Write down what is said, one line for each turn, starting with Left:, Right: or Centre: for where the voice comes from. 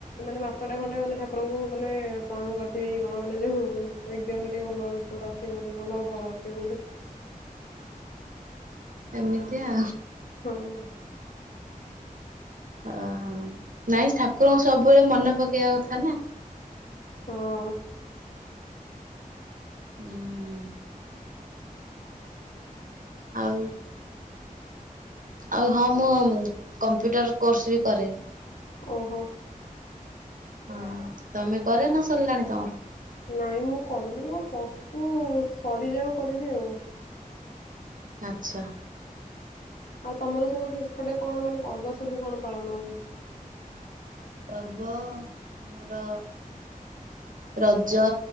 Left: ମାନେ ମାସଟା ଖଣ୍ଡେ ମାନେ ଠାକୁରଙ୍କୁ ମାନେ ପ୍ରଣାମ କରିଥିବି ଗଣ ମାନେ ଯୋଉ ଭଲରେଲଟ ଆସ ବୋଲି ଭଲ ଫଳ ଅସି ବ ବୋଲି।
Right: ଏମିତିଆ।
Left: ହଁ <inaudible>
Right: ଓହୋ ନାଇଁ ଠାକୁରଙ୍କୁ ସବୁବେଳେ ମନେ ପକେଇବା କଥା ନା।
Left: ହଁ। <inaudible>
Right: ହୁଁ। ଆଉ ଆଉ ହଁ ମୁଁ କମ୍ପ୍ୟୁଟର କୋର୍ସ ବି କରେ।
Left: ଓହୋ।
Right: ହଁ ତମେ କରେ ନା ସରିଲାଣି ତମର।
Left: ନାଇଁ ମୁଁ କନୁ ମୋ ପଷ୍ଟୁ ସରିଯାଉ କରିବି ଆଉ।
Right: ଆଚ୍ଛା। <inaudible>
Left: ଆଉ ତମର ସବୁ ଶେଷପଟେ କଣ ମାନେ ପର୍ବ ସବୁ କଣ ପାଳନ ହୁଏ।
Right: ପର୍ବ ଆମର ରଜ